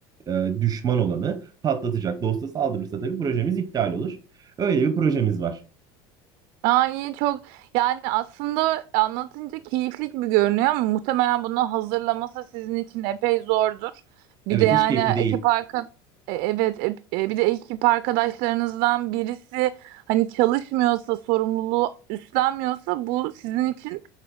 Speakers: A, on the right; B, on the right.
A: e, düşman olanı patlatacak. Dosta saldırırsa tabii projemiz iptal olur. Öyle bir projemiz var.
B: Aa, iyi çok yani aslında anlatınca keyifli gibi görünüyor ama muhtemelen bunu hazırlaması sizin için epey zordur. Bir
A: Evet
B: de yani
A: hiç keyifli değil.
B: ekip arka e, evet ep- e, bir de ekip arkadaşlarınızdan birisi hani çalışmıyorsa sorumluluğu üstlenmiyorsa bu sizin için